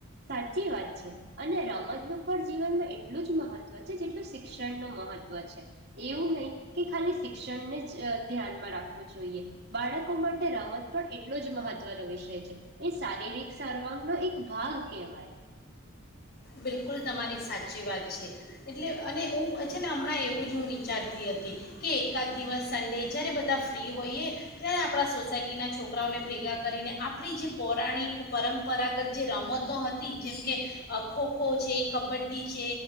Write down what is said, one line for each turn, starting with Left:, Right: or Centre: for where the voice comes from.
Right: સાચી વાત છે અને રમતનું પણ જીવનમાં એટલું જ મહત્વ છે જેટલું શિક્ષણનુ મહત્વ છે. એવું નહી કે ખાલી શિક્ષણને જ ધ્યાનમાં રાખવું જોઈએ બાળકો માટે રમત પણ એટલો જ મહત્વનો વિષય છે એ શારીરિક સર્વાંગનો એક ભાગ કહેવાય.
Left: બિલકુલ તમારી સાચી વાત છે એટલે અને હું છે ને હમણાં એવું જ હું વિચારતી હતી કે એકાદ દિવસ સન્ડે જ્યારે બધા ફ્રી હોઈએ ત્યારે આપણા સોસાયટીના છોકરાઓને ભેગા કરીને આપણી જે પૌરાણિક પરંપરાગત જે રમતો હતી જેમકે અ ખોખો છે, કબડ્ડી છે